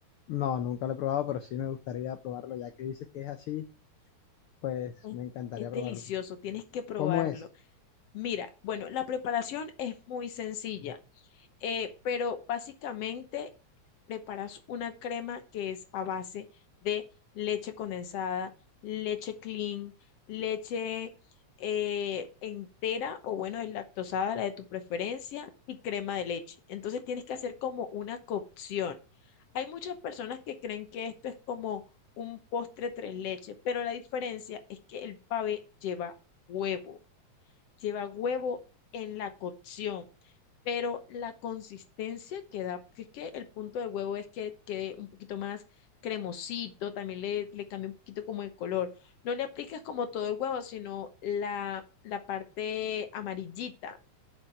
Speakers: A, on the left; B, on the left.
A: No, nunca lo he probado, pero sí me gustaría probarlo, ya que dices que es así, pues
B: Es
A: me encantaría
B: es delicioso,
A: probarlo.
B: tienes que probarlo.
A: ¿Cómo es
B: Mira, bueno, la preparación es muy sencilla. eh, pero básicamente preparas una crema que es a base de leche condensada, leche clean, leche eh, entera o bueno, deslactosada, la de tu preferencia, y crema de leche. Entonces tienes que hacer como una cocción. Hay muchas personas que creen que esto es como un postre tres leches, pero la diferencia es que el pavé lleva huevo, lleva huevo en la cocción pero la consistencia que da, porque es que el punto del huevo es que quede un poquito más cremosito, también le, le cambia un poquito como el color. No le aplicas como todo el huevo, sino la, la parte amarillita